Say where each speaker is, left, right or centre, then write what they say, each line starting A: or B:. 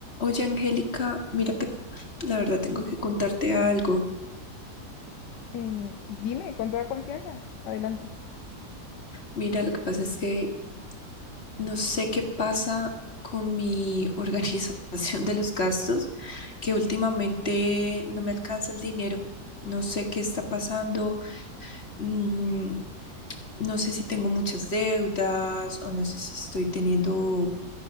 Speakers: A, on the left; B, on the left.
A: Oye, Angélica, mira que la verdad tengo que contarte algo.
B: Eh, dime, con toda confianza, adelante.
A: Mira, lo que pasa es que no sé qué pasa con mi <laughs> organización de los gastos, que últimamente no me alcanza el dinero. No sé qué está pasando. mm, no sé si tengo muchas deudas o no sé si estoy teniendo